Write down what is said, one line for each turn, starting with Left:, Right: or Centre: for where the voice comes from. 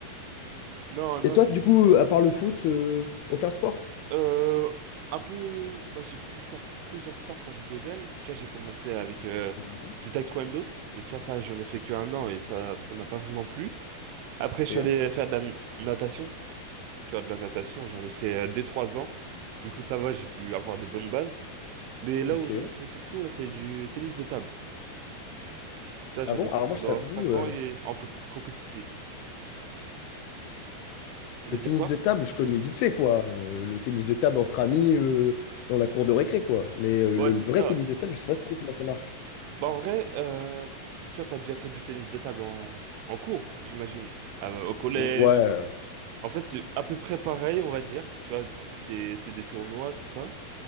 Right: Non, non,
Left: Et toi,
Right: c'est
Left: du coup,
Right: c'est fou.
Left: à part le foot, euh, aucun sport?
Right: Euh, un peu. Bah, j'ai pu faire plusieurs sports quand j'étais jeune. Tu vois, j'ai commencé avec euh,
Left: Mhm.
Right: du taekwondo. Mais tu vois, ça, j'en ai fait que un an et ça, ça m'a pas vraiment plu. Après,
Left: Ok,
Right: je suis allé faire de la n- natation. Tu vois, de la natation, j'en ai fait 2 trois ans. Du coup, ça va, j'ai pu avoir de bonnes bases. Mais là
Left: ok.
Right: où j'en ai fait surtout, ouais, c'est du tennis de table. Tu vois, j'en
Left: Ah bon?
Right: ai fait
Left: Alors
Right: pendant
Left: moi, je t'avoue,
Right: 5
Left: euh,
Right: ans et en p- compétitif. T'allais
Left: le tennis
Right: dire quoi?
Left: de table, je connais vite fait, quoi. Euh, le tennis de table entre amis euh, dans la cour de récré, quoi. Mais euh,
Right: Ouais,
Left: le
Right: c'est
Left: vrai
Right: ça.
Left: tennis de table, je sais pas trop comment ça marche.
Right: Bah, en vrai, euh, tu vois, t'as déjà fait du tennis de table en, en cours, j'imagine, Euh, au collège.
Left: Ouais.
Right: En fait, c'est à peu près pareil, on va dire. Tu vois, t'es- c'est des tournois, tout ça.